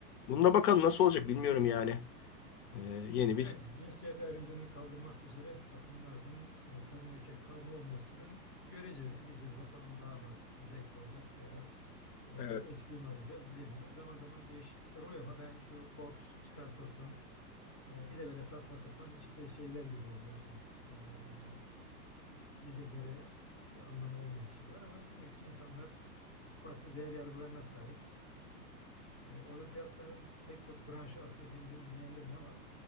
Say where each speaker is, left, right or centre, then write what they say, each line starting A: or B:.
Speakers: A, on the left (about 70°); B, on the left (about 15°).
A: Bununla bakalım nasıl olacak bilmiyorum yani. E, yeni
B: Evet,
A: bir
B: cinsiyet ayrımcılığını kaldırmak üzere takımların e, kadın erkek karma olmasının göreceğiz, izleyeceğiz. Bakalım daha mı zevkli olacak veya e,
A: Evet.
B: eskiyi mi arayacağız bilemiyorum. Zaman zaman değişiklikler oluyor ama ben şu boks çıkartılsın. E, bir de böyle saçma sapan işte şeyler giriyor biliyorsun. E, bize göre bir anlamı olmayan şeyler ama demek ki insanlar farklı değer yargılarına sahip. E, olimpiyatların pek çok branşı aslında beni de ilgilendirmiyor ama